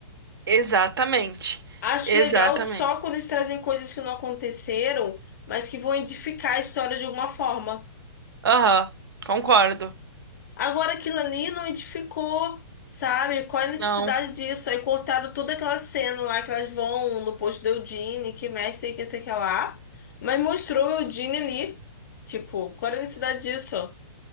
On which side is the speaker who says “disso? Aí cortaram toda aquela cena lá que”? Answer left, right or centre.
Left